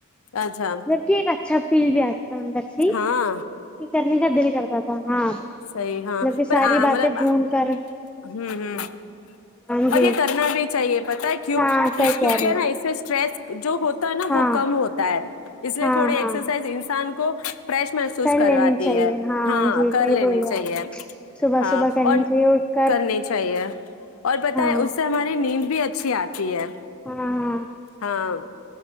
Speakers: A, on the left (about 75°); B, in the centre.
A: اچھا
B: ٹھیک اچھا پ بھی آتا تھا اندر سے
A: ہاں
B: کہ کرنے کا دل کرتا تھا ہاں
A: سی
B: مطلب
A: ہاں
B: کہ
A: پر
B: ساری
A: ہمل
B: باتیں
A: ہوں
B: بھول کر
A: ہ ہاں
B: ہاں جی
A: اب یہ ترنا بھی چاہیے پت ہے کی
B: ہاں صحیح کہہ
A: کیونکہ
B: رہے ہو
A: نا اس سے اسٹریس جو ہوتا تو ہے نا
B: ہاں
A: وہ کم ہوتا ہے اس لیے
B: ہاں
A: تھوڑی ایککرسائز
B: ہاں
A: انسان کو فریش محسوس
B: کر
A: کرواتی
B: لینی چاہیے
A: ہے ہاں
B: جی
A: کر
B: صحیح
A: لینی
B: بولے
A: چاہیے
B: آپ صبح
A: ہاں
B: صبح کرنی
A: اور
B: چاہیے اٹھ کر
A: کرنی چاہیے پت
B: ہاں
A: ہے اس سے ہماری نہیں نیند بھی اچھی آتی ہے
B: ہاں ہاں
A: ہاں